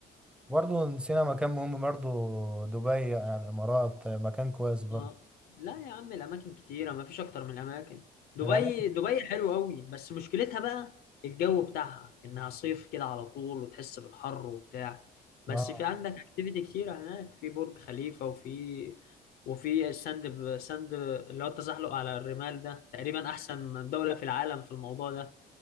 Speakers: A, in the centre; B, on the left.
A: برضو نسينا مكان مهم برضو دبي يعني الإمارات آه، مكان كويس برضو
B: اه لا يا عم الاماكن كتيره ما فيش اكتر من الاماكن دبي
A: الأماكن
B: دبي حلوه قوي بس مشكلتها بقى الجو بتاعها انها صيف كده على طول وتحس بالحر وبتاع بس
A: اه
B: في عندك اكتيفيتي كتيره هناك في برج خليفه وفي وفي الساند ساند اللي هو التزحلق على الرمال ده تقريبا احسن من دوله في العالم في الموضوع ده